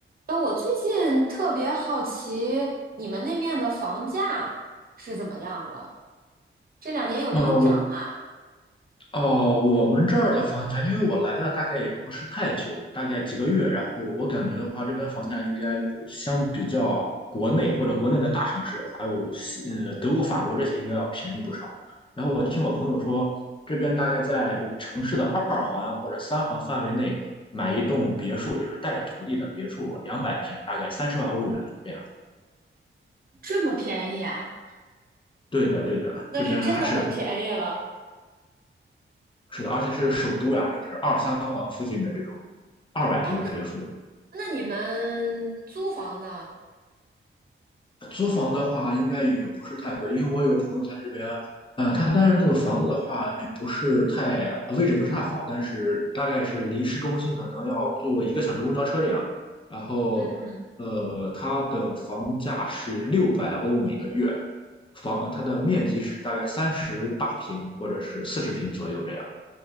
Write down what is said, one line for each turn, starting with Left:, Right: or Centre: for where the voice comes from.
Right: 哎，我最近特别好奇你们那面的房价是怎么样的？这两年有没有涨啊？
Left: 呃，哦，我们这儿的房价，因为我来了大概也不是太久，大概几个月，然后我感觉的话，这边房价应该相比较国内或者国内的大城市，还有西呃德国、法国这些，应该要便宜不少。然后我听我朋友说，这边大概在就是城市的二环或者三环范围内买一栋别墅，就是带着土地的别墅，两百平，大概三十万欧元这样。
Right: 这么便宜啊？
Left: 对的，对的，
Right: 那是真的很便宜了
Left: 这边还是是的，而且是首都呀，就是二三环附近的这种二百平的别墅。
Right: 啊！那那你们租房呢？
Left: 租房的话，应该也不是太贵，因为我有个朋友他这边，嗯、他但是那个房子的话，也不是太，呃位置不是太好，但是大概是离市中心可能要坐一个小时公交车这样。然后，
Right: 嗯，
Left: 呃，它的房价是六百欧每个月，房它的面积是大概三十八平或者是四十平左右这样。